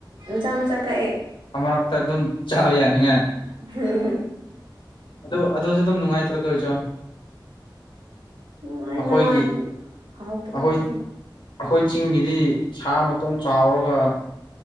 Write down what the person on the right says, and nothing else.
ꯃꯆꯥ ꯃꯆꯥ ꯀꯛꯑꯦ
ꯍꯝꯝ
ꯅꯨꯡꯉꯥꯏ
ꯅꯨꯡꯉꯥꯏ ꯍꯥꯎꯇ꯭ꯔꯣ
ꯍꯥꯏꯌꯣ